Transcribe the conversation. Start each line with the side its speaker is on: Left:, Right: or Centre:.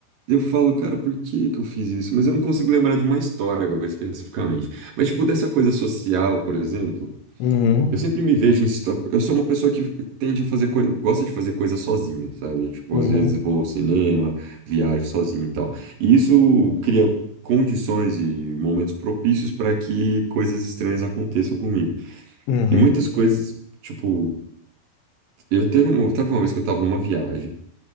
Right: eu falo, cara, por que que eu fiz isso? Mas eu não consigo lembrar de uma história agora, especificamente. Mas, tipo, dessa coisa social, por exemplo,
Left: Uhum.
Right: eu sempre me vejo em... situa- Eu sou uma pessoa que tende a fazer coisa... Gosta de fazer coisa sozinha, sabe? Tipo,
Left: Uhum.
Right: às vezes vou ao cinema, viajo sozinho e tal. E isso cria condições e momentos propícios para que coisas estranhas aconteçam comigo.
Left: Uhum.
Right: E muitas coisas, tipo... Eu teve uma, teve uma vez que eu tava numa viagem,